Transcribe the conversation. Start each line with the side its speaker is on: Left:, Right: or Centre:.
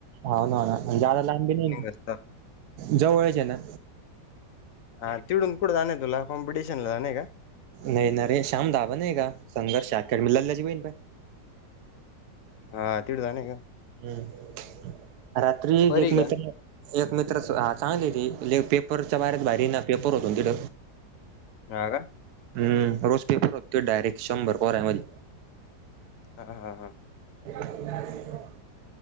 Right: हा ना-ना जादा लांब बी नी
Left: घसत
Right: जवळच हे ना.
Left: हा तिढुन कुठं जाण आहे तुला?, कॉम्पटिशन ला जाण का?
Right: नाही ना रे श्याम दाब नाही का संघर्षा लल्याची बहीण प्यार.
Left: हा तिड जाने का?
Right: हम्म रात्री
Left: परी
Right: एक
Left: का?
Right: मित्र एक मित्रच हा चांगली ती ली पेपरच्या बाहेरच्या भारीना पेपर होत न तिड.
Left: हा का?
Right: हम्म रोज पेपर होतो डायरेक शंभर पोरां मधी.
Left: हां-हां
Right: <unintelligible>